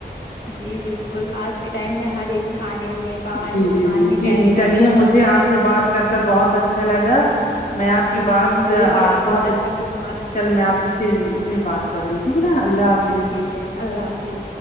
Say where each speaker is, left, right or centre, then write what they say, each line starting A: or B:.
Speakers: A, on the left; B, on the left.
A: جی بالکل آج کے ٹائم میں ہر ایک کھانے میں باہر
B: جی
A: کے سامان
B: جی جی
A: میں
B: چلی
A: کیمیکل
B: چلیے
A: ہی رہتا
B: مجھے آپ
A: ہے
B: سے بات کر کر بہت اچھا لگا میں آپ کی بات
A: جی مجھے بھی
B: آپ بہت
A: سے بات
B: اچ
A: کر کر بہت اچھا
B: چل
A: لگا
B: میں آپ سے پھر پھر بات کروں گی ٹھیک ہے نا اللہ حا
A: ٹھیک ہے اللہ حافظ